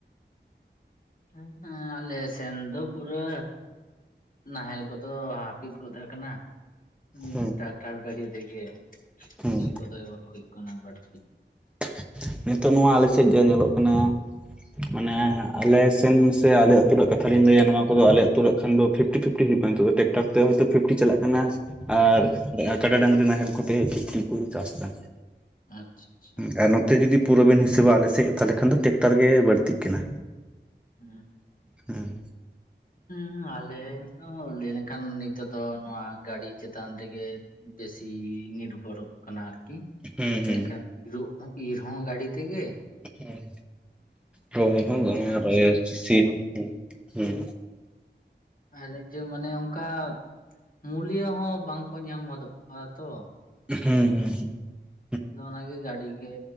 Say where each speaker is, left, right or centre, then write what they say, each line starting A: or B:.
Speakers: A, on the left (about 45°); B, in the centre.
A: ᱦᱮᱸ ᱟᱞᱮ ᱥᱮᱱ ᱫᱚ ᱯᱩᱨᱟᱹ᱾ ᱱᱟᱦᱮᱞ ᱠᱚᱫᱚ ᱦᱟ-ᱦᱟᱹᱯᱤᱫ ᱜᱚᱫ ᱟᱠᱟᱱᱟ ᱩᱸ
B: ᱦᱩᱸ
A: ᱛᱟᱠ ᱴᱟᱨ ᱜᱟᱹᱰᱤ ᱟᱛᱮᱜᱮ
B: ᱦᱩᱸ
A: ᱥᱤ ᱠᱚᱫᱚ ᱦᱳᱭᱳᱜ ᱠᱟᱱᱟ ᱵᱟᱰ
B: <inaudible> ᱱᱤᱛᱚᱜ ᱱᱚᱣᱟ ᱟᱞᱮ ᱥᱮᱡ ᱜᱮ ᱧᱮᱞᱚᱜ ᱠᱟᱱᱟ᱾ ᱢᱟᱱᱮ ᱟᱞᱮ ᱥᱮᱱ ᱥᱮ ᱟᱞᱮ ᱟᱹᱛᱩ ᱨᱮᱱᱟᱜ ᱠᱟᱛᱷᱟ ᱞᱤᱧ ᱞᱟᱹᱭᱟ ᱱᱚᱣᱟ ᱠᱚᱫᱚ ᱟᱞᱮ ᱟᱹᱛᱩ ᱨᱮᱭᱟᱜ ᱠᱷᱟᱱ ᱫᱚ ᱯᱷᱤᱯᱴᱤᱼᱯᱷᱤᱯᱴᱤ ᱦᱩᱭᱩᱜ ᱠᱟᱱᱟ ᱱᱤᱛᱚᱜ ᱫᱚ ᱴᱮᱠᱴᱟᱨ ᱛᱮ ᱦᱚᱭᱛᱳ ᱯᱷᱤᱯᱴᱤ ᱪᱟᱞᱟᱜ ᱠᱟᱱᱟ᱾ ᱟᱨ
A: ᱦᱮᱸ
B: ᱠᱟᱰᱟ ᱰᱟᱹᱝᱨᱤ ᱱᱟᱦᱮᱞ ᱠᱚᱛᱮ ᱯᱷᱤᱯᱴᱤ ᱠᱩ ᱪᱟᱥ ᱫᱟ᱾
A: ᱟᱸᱪᱷ ᱪᱷᱤ ᱪᱷᱤ᱾
B: ᱩᱸ ᱟᱨ ᱱᱚᱛᱮ ᱡᱩᱫᱤ ᱯᱩᱨᱟᱹ ᱵᱤᱱ ᱦᱤᱥᱟᱹᱵᱟ ᱟᱞᱮᱥᱮ ᱛᱟᱦᱚᱞᱮ ᱠᱷᱟᱱ ᱫᱚ ᱴᱮᱠᱴᱟᱨ ᱜᱮ ᱵᱟᱹᱲᱛᱤᱜ ᱠᱟᱱᱟ᱾
A: ᱩᱸ᱾
B: ᱦᱩᱸ᱾
A: ᱩᱢ ᱟᱞᱮ ᱫᱚ ᱞᱟᱹᱭ ᱞᱮᱱᱠᱷᱟᱱ ᱱᱤᱛᱚᱜ ᱫᱚ ᱱᱚᱣᱟ ᱜᱟᱹᱰᱤ ᱪᱮᱛᱟᱱ ᱛᱮᱜᱮ᱾ ᱵᱮᱥᱤ ᱱᱤᱨᱵᱷᱚᱨᱚᱜ ᱠᱟᱱᱟ ᱟᱨ ᱠᱤ
B: ᱦᱩᱸ ᱦᱩᱸ
A: ᱮᱱᱠᱷᱟᱱ ᱤᱨᱩᱜ ᱦᱚᱸ ᱤᱨ ᱦᱚᱸ ᱜᱟᱹᱰᱤ ᱛᱮᱜᱮ᱾
B: ᱦᱩᱸ, ᱨᱚᱦᱚᱭ ᱦᱳᱸ
A: ᱟᱨ
B: <inaudible> ᱥᱤ ᱦᱚᱸ, ᱦᱩᱸ᱾
A: ᱟᱨ ᱡᱮ ᱢᱟᱱᱮ ᱚᱝᱠᱟ ᱢᱩᱞᱤ ᱦᱚᱸ ᱵᱟᱝᱠᱚ ᱧᱟᱢ ᱦᱚᱫᱚᱜᱼᱟ ᱛᱚ᱾
B: ᱩᱸᱜᱽᱼᱦᱩᱸ ᱦᱩᱸ ᱦᱩᱸ᱾
A: ᱱᱚᱜᱼᱱᱚᱣᱟ ᱜᱮ, ᱜᱟᱹᱰᱤ ᱜᱮ